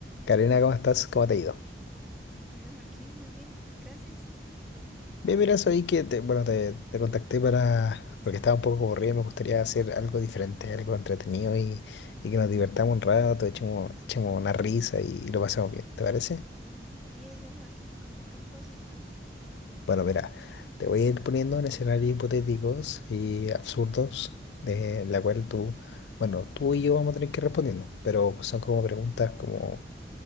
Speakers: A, on the left; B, in the centre.
A: Karina, ¿cómo estás? ¿Cómo te ha ido?
B: Hola Joaquín, muy bien, gracias.
A: Bien, mira, soy que te, bueno, te, te contacté para, porque estaba un poco aburrido y me gustaría hacer algo diferente, algo entretenido y, y que nos divertamos un rato, echemos, echemos una risa y lo pasemos bien, ¿te parece?
B: Y, y eso, Joaquín, como qué cosita.
A: Bueno, mira, te voy a ir poniendo en escenarios hipotéticos y absurdos, de la cual tú, bueno, tú y yo vamos a tener que ir respondiendo, pero son como preguntas como,